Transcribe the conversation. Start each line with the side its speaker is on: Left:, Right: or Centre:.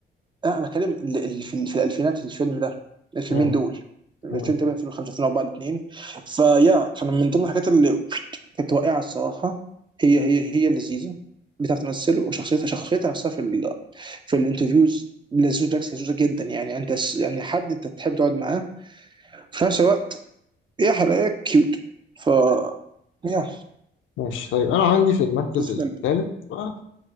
Right: انا بتكلم ال- ال- في, في الالفينات الفيلم ده الفيلمين
Left: مم.
Right: دول 2008
Left: مم.
Right: 2005 2004 الاثنين فيا كانوا من ضمن الحاجات اللي كانت واقعه الصراحه هي هي هي لذيذه بتعرف تمثل وشخصيتها شخصيتها نفسها في ال في الانترفيوز لذوذ بالعكس لذوذه جدا يعني انت س- يعني حد انت تحب تقعد معاه في نفس الوقت هي حلاقة كيوت ف يا
Left: ماشي طيب انا عندي في المركز
Right: بالنسبة
Left: الثالث بقى